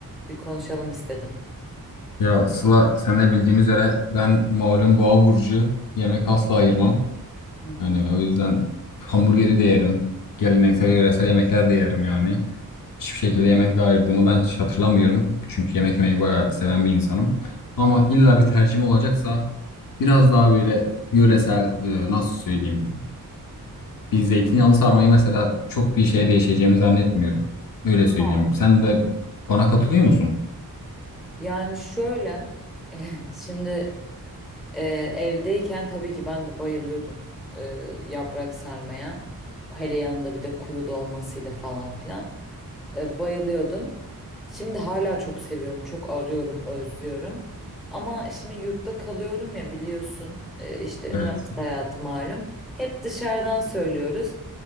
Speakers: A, in the centre; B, on the left.
A: Bir konuşalım istedim.
B: ya Sıla sen de bildiğin üzere ben malum boğa burcu yemek asla ayırmam.
A: Hı hı.
B: Yani o yüzden hamburgeri de yerim. Geleneksel yöresel yemekler de yerim yani. Hiçbir şekilde yemek ayırdığımı ben hiç hatırlamıyorum. Çünkü yemek yemeyi bayağı seven bir insanım. Ama illa bir tercihim olacaksa biraz daha böyle yöresel e, nasıl söyleyeyim. Bir zeytinyağlı sarmayı mesela çok bir şeye değişeceğimi zannetmiyorum. Öyle söyleyeyim.
A: Aa.
B: Sen de bana katılıyor musun?
A: Yani şöyle <laughs> şimdi e, evdeyken tabii ki ben de bayılıyordum e, yaprak sarmaya. Hele yanında bir de kuru dolmasıyla falan filan. E, bayılıyordum. Şimdi hala çok seviyorum, çok arıyorum, özlüyorum. Ama şimdi yurtta kalıyorum ya biliyorsun, e, işte üniversite
B: Evet.
A: hayatı malum. Hep dışarıdan söylüyoruz.